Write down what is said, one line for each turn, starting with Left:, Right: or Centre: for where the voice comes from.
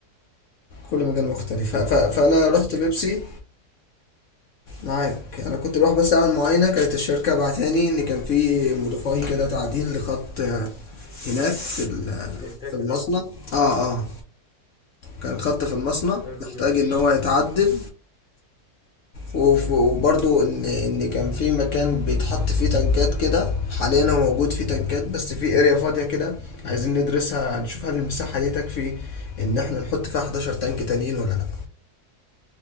Left: كل مجال مختلف ف- ف- فانا
Centre: حلو
Left: رحت
Centre: جدا
Left: بيبسي معاك انا كنت بروح بس اعمل معاينه كانت الشركه بعتاني ان كان في موديفاي كده تعديل لخط آه، هناك في ال-
Centre: الانتاج
Left: في المصنع
Centre: بتاعهم
Left: اه اه كان خط في المصنع
Centre: حلو
Left: محتاج
Centre: جدا
Left: ان هو يتعدل وف- وبرضو ان ان كان في مكان بيتحط فيه تنكات كده حاليا هو موجود فيه تنكات بس في اريا فاضيه كده عايزين ندرسها نشوف هل المساحه دي تكفي ان احنا نحط فيها 11 تانك تانيين ولا لا